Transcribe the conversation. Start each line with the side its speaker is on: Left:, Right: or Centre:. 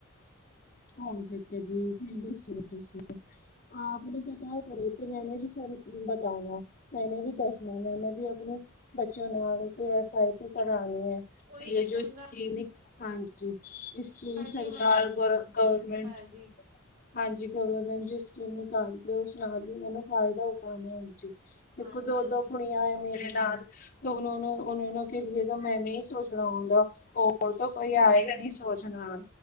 Left: ਹੋਣ ਸਕਿਆ ਜੀ ਸਹੀ ਦੱਸਿਆ ਤੁਸੀਂ ਓ ਆਪਨੇ ਪਤਾ ਕਰੋ ਕਿ ਮੈਂਨੇ ਵੀ ਚੱਲ ਬਤਾਨਾ ਮੈਨੇ ਵੀ ਦੱਸਣਾ ਮੈਨੇ ਵੀ ਆਪਣੀ ਬੱਚਿਆਂ ਨਾਲ ਤੇ ਐਸ ਆਈ ਤੇ ਕਰਾਉਣੀ ਹੈ,
Right: ਕੋਈ
Left: ਜੇ
Right: ਜੀ ਚੰਗਾ
Left: ਜੋ ਸਕੀਮੀ ਹਾਂਜੀ ਇਹ ਸਕੀਮ
Right: ਹੈ
Left: ਸਰਕਾਰ
Right: ਜੀ ਮੰਗਾ
Left: ਦਵਾਰਾ ਗੌਰਮੈਂਟ
Right: ਹੈ ਜੀ
Left: ਹਾਂਜੀ ਗੌਵਰਮੈਂਟ ਦੀ ਸਕੀਮ ਨਿਕਾਲਦੀ ਹੈ ਉਸ ਨਾਲ ਵੀ ਮੈਨੂੰ ਫ਼ਾਇਦਾ ਉਠਾਉਣਾ ਹਾਂਜੀ
Right: ਹਾਂਜੀ
Left: ਇੱਕੋ ਦੋ,
Right: ਹਾਂਜੀ
Left: ਦੋ ਕੁੜੀਆਂ ਮੇਰੇ ਨਾਲ ਤੇ ਉਹਨਾਂ ਨੂੰ ਉਹਨੂੰ ਕੇ ਲਿਏ ਫਿਰ ਮੈਂਨੇ ਸੋਚਣਾ ਹੋਗਾ ਔਰ ਤੋਂ ਕੋਈ ਆਏਗਾ ਨਹੀਂ ਸੋਚਣਾ